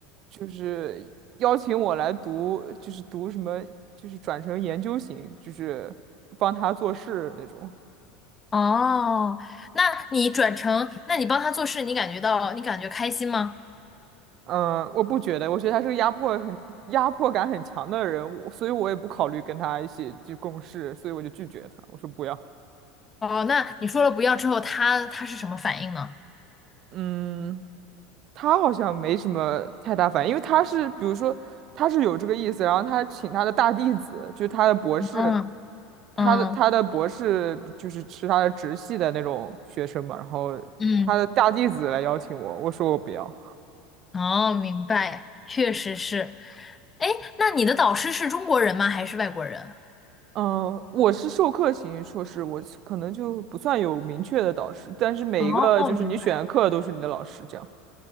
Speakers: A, on the right; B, on the left.
A: 就是邀请我来读，就是读什么就是转成研究型，就是帮他做事那种。
B: 哦，那你转成，那你帮他做事，你感觉到你感觉开心吗？
A: 嗯，我不觉得，我觉得他是个压迫很压迫感很强的人，我所以我也不考虑跟他一起去共事，所以我就拒绝他，我说不要。
B: 哦，那你说了不要之后，他他是什么反应呢？
A: 嗯，他好像没什么太大反应，因为他是比如说他是有这个意思，然后他请他的大弟子，就是他的博士，
B: 嗯
A: 他的他的博士就是是他的直系的那种学生嘛，
B: 嗯
A: 然后他的大弟子来邀请我，
B: 嗯，
A: 我说我不要。
B: 哦，明白，确实是。哎，那你的导师是中国人吗？还是外国人？
A: 嗯，我是授课型硕士，我是可能就不算有明确的导师，但是每一个就是你选的课都是你的老师这样。
B: 哦，明白。